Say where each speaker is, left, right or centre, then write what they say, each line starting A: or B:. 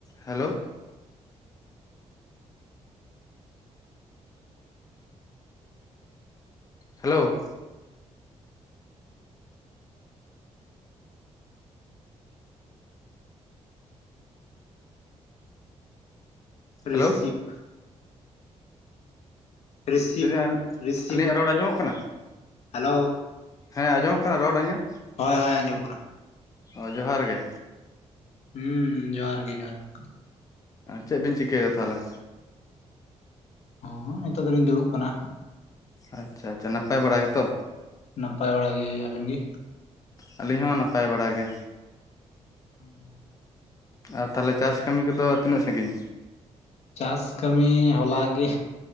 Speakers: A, on the left; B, on the left.
A: hello hello
B: ᱨᱤᱥᱯ
A: Hello
B: ᱨᱤᱥᱯ
A: ᱞᱟᱹᱭᱫᱟᱹᱧ
B: ᱨᱤᱥᱯ
A: ᱟᱹᱞᱤᱧᱟᱜ ᱨᱚᱲ ᱟᱸᱡᱚᱢᱚᱜ ᱠᱟᱱᱟ
B: ᱦᱮᱞᱳ
A: ᱦᱮᱸ ᱟᱸᱡᱚᱢᱚᱜ ᱠᱟᱱᱟ ᱨᱚᱲᱟᱹ ᱤᱧᱟᱹᱜ?
B: ᱦᱳᱭ ᱦᱳᱭ ᱟᱸᱡᱚᱢᱚᱜ ᱠᱟᱱᱟ᱾
A: ᱚ ᱡᱚᱦᱟᱨ ᱜᱮ
B: ᱦᱩᱸ ᱡᱚᱦᱟᱨ ᱜᱮ ᱡᱚᱦᱟᱨ ᱜᱮ᱾
A: ᱪᱮᱜ ᱵᱤᱱ ᱪᱤᱠᱟᱹᱭᱮᱫᱟ ᱛᱟᱦᱚᱞᱮ?
B: ᱦᱚᱸ ᱱᱤᱛᱚᱜ ᱫᱚᱞᱤᱧ ᱫᱩᱲᱩᱵ ᱠᱟᱱᱟ᱾
A: ᱟᱪᱪᱷᱟ ᱟᱪᱪᱷᱟ ᱱᱟᱯᱟᱭ ᱵᱟᱲᱟ ᱜᱮᱛᱚ᱾
B: ᱱᱟᱯᱟᱭ ᱵᱟᱲᱟ ᱜᱮ ᱟᱵᱮᱱ ᱜᱤ?
A: ᱟᱹᱞᱤᱧ ᱦᱚᱸ ᱱᱟᱯᱟᱭ ᱵᱟᱲᱟ ᱜᱮ᱾
B: <unintelligible>
A: ᱟᱨ ᱛᱟᱞᱮ ᱪᱟᱥ ᱠᱟᱹᱢᱤ ᱠᱚᱫᱚ ᱛᱤᱱᱟᱹᱜ ᱥᱟᱺᱜᱤᱧ?
B: ᱪᱟᱥ ᱠᱟᱹᱢᱤ ᱦᱚᱞᱟ ᱜᱤ